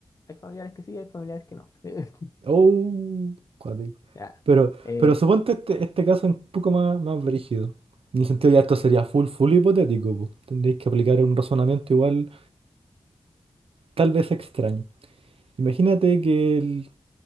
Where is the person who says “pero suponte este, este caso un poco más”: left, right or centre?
Right